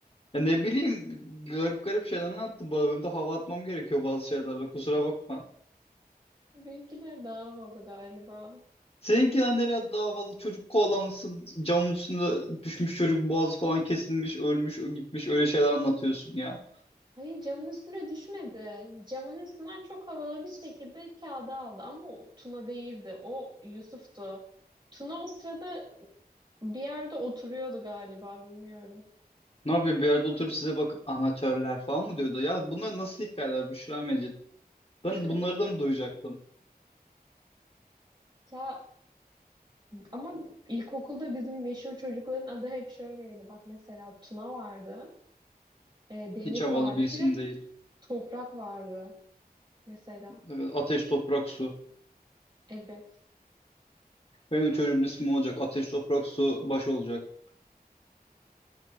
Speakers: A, on the left; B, on the right.
A: Ya ne bileyim garip garip şeyler anlattım. Bu bölümde hava atmam gerekiyor bazı şeylerle kusura bakma.
B: Benimkiler daha havalı galiba.
A: Seninkiler
B: Bilmiyorum.
A: nereye davalı çocuk kovalamışsın camın üstünde düşmüş çocuk boğazı falan kesilmiş ölmüş ö- gitmiş öyle şeyler anlatıyorsun ya.
B: Hayır camın üstüne düşmedi. Camın üstünden çok havalı bir şekilde kağıda aldı ama o Tuna değildi. O Yusuf'tu. Tuna o sırada bir yerde oturuyordu galiba bilmiyorum.
A: Ne yapıyor bir yerde oturup size bakıp amatörler falan mı diyordu? Ya bunlar nasıl hikayeler Büşra Mecit? Ben
B: <laughs>
A: bunları da mı duyacaktım?
B: Ya ama ilkokulda bizim meşhur çocukların adı hep şöyleydi. Bak mesela Tuna vardı, e, Deniz
A: Hiç havalı
B: vardı,
A: bir isim
B: bir de
A: değil.
B: Toprak vardı mesela.
A: Evet, Ateş Toprak Su.
B: Evet.
A: Benim çocuğumun ismi olacak. Ateş Toprak Su baş olacak.